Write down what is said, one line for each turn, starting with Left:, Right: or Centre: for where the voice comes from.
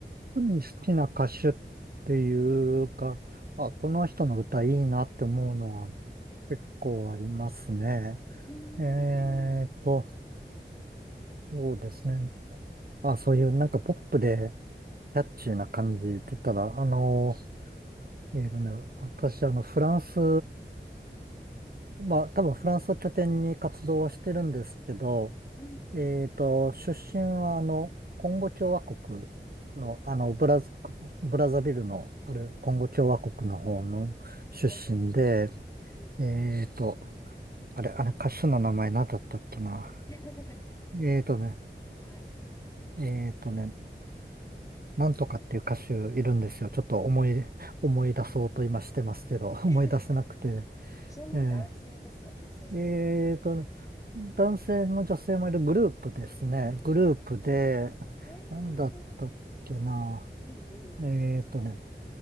Right: 特に好きな歌手っていうか、あ、この人の歌いいなって思うのは
Left: うん。
Right: 結構ありますね。
Left: うーん。
Right: えーっと、そうですね。あ、そういうなんかポップで、キャッチーな感じって言ったら、あの、
Left: はい
Right: えーとね、私、あの、フランス、まあ、多分フランスを拠点に活動はしてるんですけど、
Left: うんうん。
Right: えーと、出身は、あの、コンゴ共和国の、
Left: う
Right: あの、ブラズ、
Left: ん。
Right: ブラザビルのあるコンゴ共和国の方の出身で、
Left: はい。うん。
Right: えーと、あれ、あれ、歌手の名前何だったっけな。
Left: <laughs>
Right: えーとね、
Left: はい。
Right: えーとね、なんとかっていう歌手いるんですよ。ちょっと思い、思い出そうと今してますけど、<laughs>
Left: <laughs>
Right: 思い出せなくて。
Left: ちなみに男性ですか女性
Right: えええーと、男性も女性もいるグループですね。
Left: あ、
Right: グループで、
Left: グループ、えー、
Right: なんだったっけな。
Left: うんうんうん。
Right: えーとね、